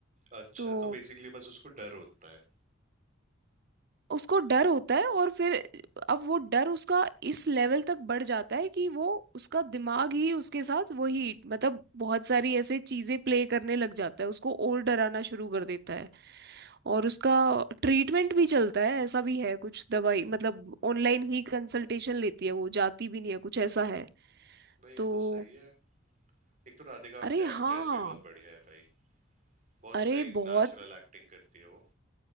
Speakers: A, on the right (about 40°); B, on the right (about 55°).
A: अच्छा
B: तो
A: तो बेसिकली बस उसको डर होता है
B: उसको डर होता है और फिर अब वो डर उसका इस लेवल तक बढ़ जाता है कि वो उसका दिमाग ही उसके साथ वही मतलब बहुत सारी ऐसे चीजें प्ले करने लग जाता है उसको और डराना शुरू कर देता है और उसका ट्रीटमेंट भी चलता है ऐसा भी है कुछ दवाई मतलब ऑनलाइन ही कंसल्टेशन लेती है वो जाती भी नहीं है कुछ ऐसा है
A: भाई ये
B: तो
A: तो सही है एक तो राधिका
B: अरे
A: आप्टे एक्ट्रेस
B: हाँ
A: भी बहुत बढ़िया है भाई बहुत
B: अरे
A: सही
B: बहुत
A: नेचुरल एक्टिंग करती है वो